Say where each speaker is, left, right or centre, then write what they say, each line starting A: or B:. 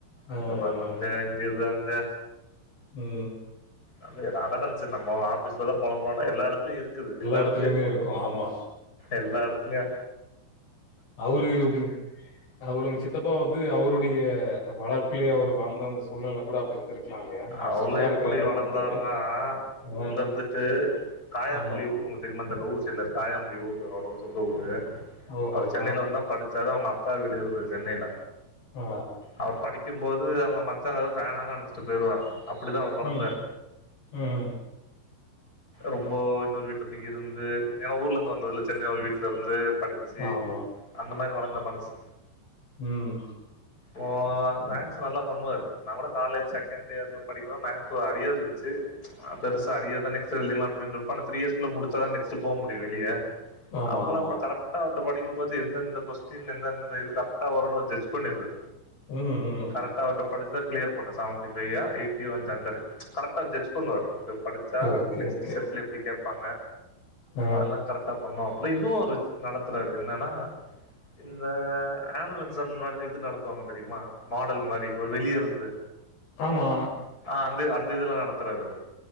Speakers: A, on the left (about 80°); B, on the left (about 20°).
A: ஆ,
B: அங்க பண்ணங்க
A: ஆ.
B: இங்க இது அங்க
A: ம்
B: அதே அதான் சார் நம்ம ஆஃபீஸ்ல தா பொழம்புவான்னா எல்லா எடத்துலயு இருக்கு இருக்குது எல்லா
A: இடத்துலயுமே
B: எடத்துலையு
A: இருக்கும். ஆமா.
B: எல்லா எடத்துலையு
A: அவுரு ம் அவுரு உங்க சித் தப்பா வந்து அவருடைய வளர்ப்பிலே அவர் வாழ்ந்து வந்து சூழ்நில கூட அப்பிடி இருந்திருக்கலா இல்லையா அவர்
B: அவர்லா
A: ஸ்டிட்டா
B: எப்டி
A: இருக்கிறாரும்
B: வளந்தாருன்னா
A: போது ஆ
B: ஊர்ல இருந்துட்டு காயாமொழி
A: ஆ.
B: ஊர் உங் தெரியுமா அந்தந்த ஊர் சைடுல தாயாமொழி ஊரு அவரோட சொந்த ஊரு
A: ஓஹோ!
B: அவர் சென்னனயில
A: ஆ,
B: வந்து தா படிச் சாதா அவுங்க அக்கா வீடு இருந்தது சென்னையில
A: ஆ
B: அவர் படிக்கும்போது அவுங்க மச்சா வந்து ஃபேன்லா அனச்சிட்டு போய்ருவாரா அப்டிதா அவர் வளந்தாரு
A: ம், ம்.
B: ரொம்ப இன்னொரு வீட்டு போய் இருந்து ஏன்னா ஊர்ல இருந்து வந்ததுல சென்னை ஒரு வீட் ல இருந்து படிச்சு
A: ஆமா.
B: அந்த மாரி வளர்ந்த மனுசு
A: ம்.
B: ஓ மேக்ஸ் நல்லா பண்ணுவாரு நா கூட காலேஜ் செகண்ட் இயர்ல படிக்கும்போது மேக்ஸ் ஒரு அரியர் இருந் குச்சி ஆ பெருசா அரியர் தா நெக்ஸ்ட்டு எழுதிக்கலா அப்டின் இருப்ப ஆனா த்ரீ இயர்ஸ்க்குள்ள முடிச்சாதா நெக்ஸ்ட்டு போ முடியு வெளிய
A: ஆமா,
B: அப்பல்லா
A: ஆமா.
B: அப்ப கரெட் டா படிக்கும்போது எந்தெந்த கொஸ்டின் எந்தெந்த இது கரெக்டா வரு ஒரு ஜட்ஜ் பண்ணிறது
A: ம் ம்
B: கரக்டா அவர்ட்ட படிச்சிதா கிளியர் பண்ண சேவன்டி ஃபைவ் யா எயிட்டி வஞ்சான்னு கேட்டார் கரக்டா ஜட் பண்ணுவாரு இப்டி படிச்சா
A: ஓகே,
B: நெக்ஸ்டு
A: ஓகே.
B: செட்ல எப்டி கேப்பாங்க
A: ஆ.
B: அதுலா கரக்டா பண்ணுவாப்புள்ளா இதுவு அவுரு நடத்துறாரு என்னனா இந்த ஆனுவல் எக்ஸாம் முன்னாடில்லா இது நடத்துவாங்க தெரியுமா மாடல் மாரி ஒரு வெளிய இருந் து
A: ஆமா.
B: ஆ அந்த அந்த இதுல்லா நடத்துறாரு அவரு